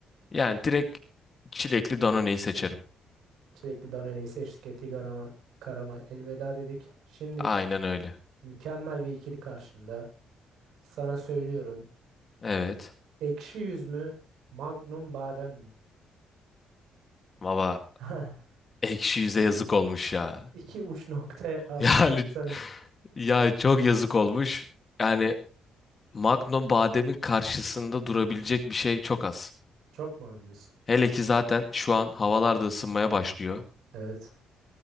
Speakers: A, on the left (about 35°); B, on the right (about 80°).
A: yani direkt çilekli Danone'yi seçerim.
B: Çilekli Danone'yi seçtik. Eti karama, karama elveda dedik. Şimdi
A: Aynen öyle.
B: mükemmel bir ikili karşımda. Sana söylüyorum.
A: Evet.
B: Ekşi yüz mü? Magnum badem mi?
A: Baba
B: <laughs>
A: ekşi yüze yazık olmuş ya.
B: İki uç noktaya hazırlayayım
A: Yani
B: sana.
A: ya çok yazık olmuş. Yani Magnum bademin karşısında durabilecek bir şey çok az.
B: Çok mu az diyorsun?
A: Hele ki zaten şu an havalar da ısınmaya başlıyor.
B: Evet.